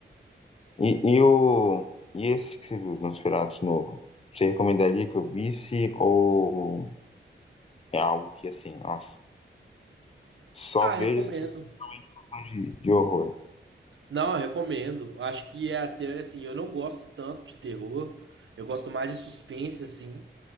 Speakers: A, on the left (about 30°); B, on the right (about 85°).
A: E, e, o, e esse que você viu, Nosferatu novo? Você recomendaria que eu visse ou é algo que, assim, nossa, só
B: Ah,
A: vejo
B: recomendo.
A: se você for fã de, de horror?
B: Não, eu recomendo. Acho que é até assim, eu não gosto tanto de terror. Eu gosto mais de suspense, assim.